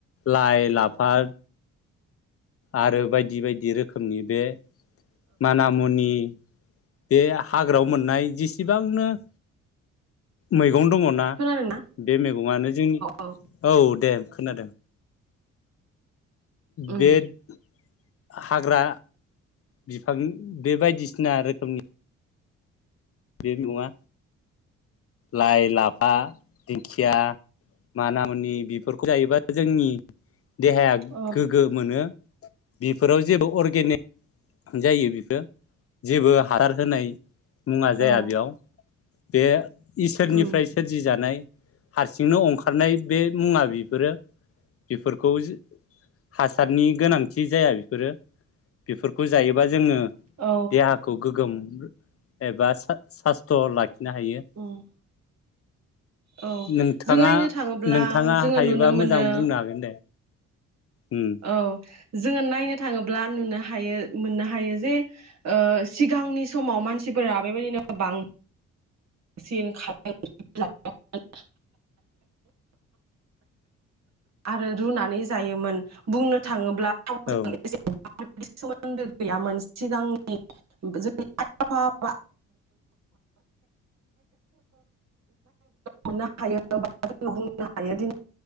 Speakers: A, on the left; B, on the right.
A: लाइ लाफा आरो बायदि बायदि बायदि रोखोमनि बे माना मुनि बे हाग्रायाव मोननाय जेसेबांनो मै मैगं दङ ना
B: खोनादोंना
A: बे मैगङानो जोंनि
B: औ
A: औ दे खोनादों
B: उम
A: बेड <unintelligible> हाग्रा बिफां बे बायदिसिना रोखोमनि बे मुङा लाइ लाफा दिंखिया माना मुनि बेफोरखौ जायोबा जोंनि देहाया
B: औ
A: गोगो मोनो बेफोराव जेबो अ गनो <unintelligible> जायो बेखो जेबो हारार होनाय मुं जाया
B: औ
A: बेयाव बे इसोरनिफ्राय
B: उम
A: सोरजिजानाय हारसिंनो अंखारनाय बे मुङा बेफोरो बेफोरखौ हासारनि गोनांथि जाया बेफोरो बेफोरखौ जायोबा जोङो
B: औ
A: देहाखौ गोगोम एबास सासथ ला खिनो हायो
B: उम औ
A: नोंथाङा
B: जों नायनो थाङोब्ला
A: नोंथाङा
B: जोङो
A: हायोबा
B: नुनो मोनो
A: मोजां बुंनो हागोन दे उम
B: औ जोङो नायनो थाङोब्ला नुनो हायो मोननो हायो जे ओ सिगांनि समाव मानसिफोरा बेबायदिनो बां सिन <unintelligible> आरो रुनानै जायोमोन बुंनो थाङोब्ला मोजां
A: औ
B: <unintelligible> सोमोन्दो गैयामोन सिगांनि जों आफ बुंनो हायो दि